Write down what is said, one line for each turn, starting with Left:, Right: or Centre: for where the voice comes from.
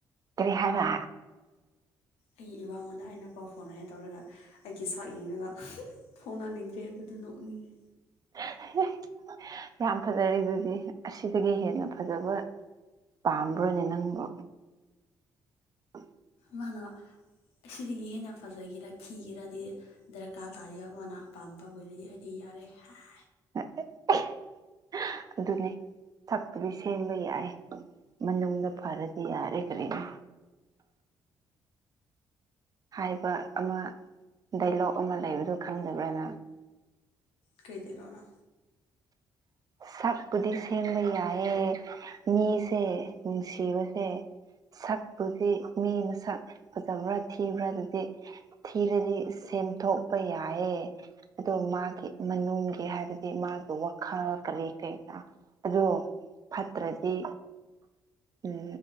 Right: ꯀꯔꯤ ꯍꯥꯏꯕ
Left: ꯑꯩ ꯏꯕꯥꯉꯣꯟꯗ ꯑꯩꯅ ꯄꯥꯎ ꯐꯥꯎꯅꯉꯥꯏ ꯇꯧꯔꯒ ꯑꯩꯒꯤ ꯁꯛ ꯌꯦꯡꯔꯒ <unintelligible> ꯊꯣꯡꯅꯅꯤꯡꯗ꯭ꯔꯦ ꯍꯥꯏꯕꯗꯨꯅ ꯅꯣꯛꯅꯤꯡꯉꯦ
Right: <unintelligible> ꯌꯥꯝ ꯐꯖꯔꯤ ꯑꯗꯨꯗꯤ ꯑꯁꯤꯗꯒꯤ ꯍꯦꯟꯅ ꯐꯖꯕ ꯄꯥꯝꯕ꯭ꯔꯣꯅꯦ ꯅꯪꯕꯣ <unintelligible>
Left: ꯃꯥꯅ ꯑꯁꯤꯗꯒꯤ ꯍꯦꯟꯅ ꯐꯖꯒꯦꯔ ꯊꯤꯒꯦꯔꯗꯤ ꯗꯔꯀꯥꯔ ꯇꯥꯔꯤ ꯑꯃꯥꯅ ꯑꯄꯥꯝꯕ ꯕꯨꯔꯗꯤ ꯑꯩꯗꯤ ꯌꯥꯔꯦ <unintelligible>
Right: <unintelligible> ꯑꯗꯨꯅꯦ ꯁꯛꯄꯨꯗꯤ ꯁꯦꯝꯕ ꯌꯥꯏ ꯃꯅꯨꯡꯗ ꯐꯔꯗꯤ ꯌꯥꯔꯦ ꯀꯔꯤꯅꯣ ꯍꯥꯏꯕ ꯑꯃ ꯗꯥꯏꯂꯣꯛ ꯑꯃ ꯂꯩꯕꯗꯨ ꯈꯪꯗꯕ꯭ꯔꯅ
Left: ꯀꯔꯤ ꯗꯥꯏꯂꯣꯒ ꯔꯣ
Right: ꯁꯛꯄꯨꯗꯤ ꯁꯦꯝꯕ ꯌꯥꯏꯌꯦ ꯃꯤꯁꯦ ꯅꯨꯡꯁꯤꯕꯁꯦ ꯁꯛꯄꯨꯗꯤ ꯃꯤ ꯃꯁꯛ ꯐꯖꯕ꯭ꯔꯥ ꯊꯤꯕ꯭ꯔꯥ ꯑꯗꯨꯗꯤ ꯊꯤꯔꯗꯤ ꯁꯦꯝꯗꯣꯛꯄ ꯌꯥꯏꯌꯦ ꯑꯗꯣ ꯃꯥꯒꯤ ꯃꯅꯨꯡꯒꯤ ꯍꯥꯏꯕꯗꯤ ꯃꯥꯒꯤ ꯋꯥꯈꯜ ꯀꯔꯤ ꯀꯩꯀ ꯑꯗꯣ ꯐꯠꯇ꯭ꯔꯗꯤ ꯎꯝ